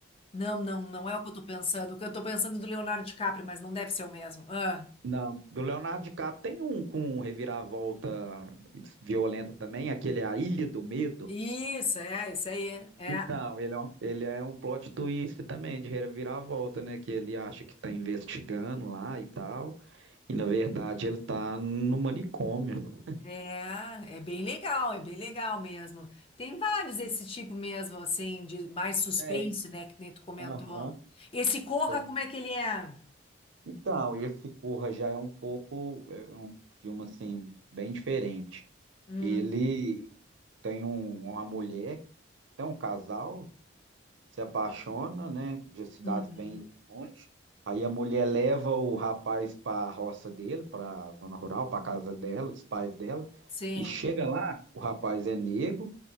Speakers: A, on the left; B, on the right.
A: Não, não, não é o que eu tô pensando. O que eu tô pensando é do Leonardo DiCaprio, mas não deve ser o mesmo. Ah,
B: Não, do Leonardo DiCaprio tem um com reviravolta violenta também, aquele é A Ilha do Medo.
A: isso, é, isso aí. É.
B: Então, ele é um, ele é um plot twist também, de reviravolta, né? Que ele acha que tá investigando lá e tal, e na verdade ele tá no manicômio.
A: É, é bem legal, é bem legal mesmo. Tem vários desse tipo mesmo, assim, de mais suspense,
B: Tem,
A: né, que nem tu comentou.
B: aham,
A: Esse Corra,
B: tem.
A: como é que ele é?
B: Então, esse Corra já é um pouco, é um filme assim, bem diferente.
A: Hum,
B: Ele tem um, uma mulher, tem um casal, se apaixona, né, de cidades
A: uhum,
B: bem longe. Aí a mulher leva o rapaz para a roça dele, para a zona rural, para a casa dela, dos pais dela,
A: sim.
B: e chega lá, o rapaz é negro,